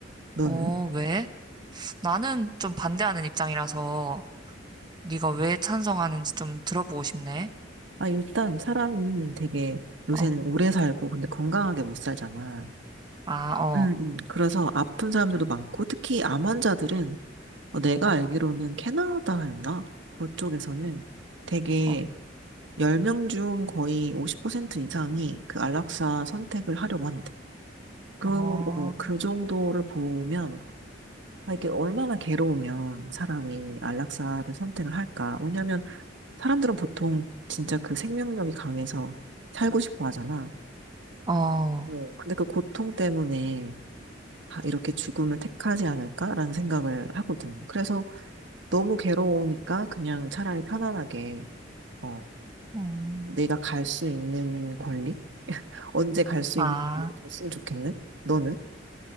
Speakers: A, on the right; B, on the right.
A: 너는?
B: 어, 왜? 나는 좀 반대하는 입장이라서 네가 왜 찬성하는지 좀 들어보고 싶네.
A: 아, 일단 사람이 되게 요새는
B: 어,
A: 오래 살고 근데 건강하게 못 살잖아.
B: 아, 어,
A: 음, 음. 그래서 아픈 사람들도 많고 특히 암 환자들은 어, 내가
B: 어,
A: 알기로는 캐나다였나? 그쪽에서는 되게
B: 어,
A: 10명 중 거의 50% 이상이 그 안락사 선택을 하려고 하는데. 그,
B: 어,
A: 어, 그 정도를 보면 아, 이게 얼마나 괴로우면 사람이 안락사를 선택을 할까? 왜냐면 사람들은 보통 진짜 그 생명력이 강해서 살고 싶어 하잖아.
B: 어, 어,
A: 네. 근데 그 고통 때문에 아, 이렇게 죽음을 택하지 않을까라는 생각을 하거든. 그래서 너무 괴로우니까 그냥 차라리 편안하게 어,
B: 음,
A: 내가 갈 수 있는 권리? <laughs> 언제 갈 수
B: 아.
A: 있는 권리가 있으면 좋겠는? 너는?